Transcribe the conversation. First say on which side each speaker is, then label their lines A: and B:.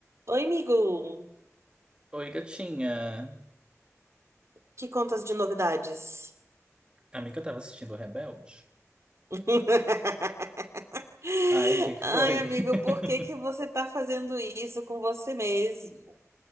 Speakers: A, on the right; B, on the right.
A: Oi, amigo!
B: Oi, gatinha.
A: Que contas de novidades?
B: Amiga, eu tava assistindo o Rebelde.
A: <laughs>
B: Aí, o que que
A: Ai,
B: foi?
A: amigo,
B: <laughs>
A: por que que você tá fazendo isso com você mesmo?